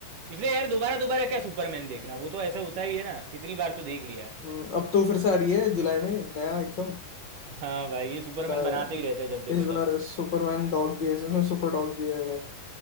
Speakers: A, on the right; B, on the left.
A: इसलिए यार दोबारा दोबारा क्या सुपरमैन देखना वो तो ऐसा होता ही है ना कितनी बार तो देख लिया
B: हम्म, अब तो फिर से आ रही है जुलाई में नया एकदम
A: हाँ भाई ये सुपरमैन
B: जुलाई
A: बनाते ही रहते हैं जब देखो
B: इस बार
A: तब
B: सुपरमैन डॉग भी है इसमें सुपर डॉग भी है